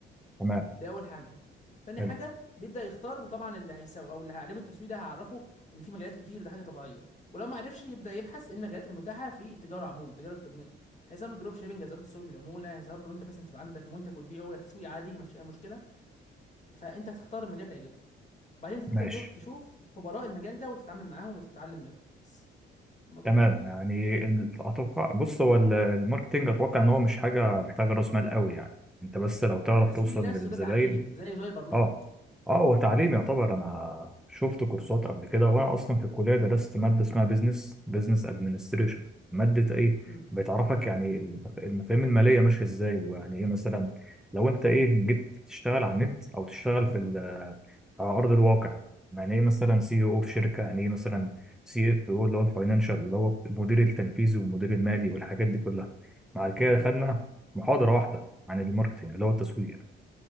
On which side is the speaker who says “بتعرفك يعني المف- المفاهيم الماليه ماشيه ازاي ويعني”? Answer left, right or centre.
Centre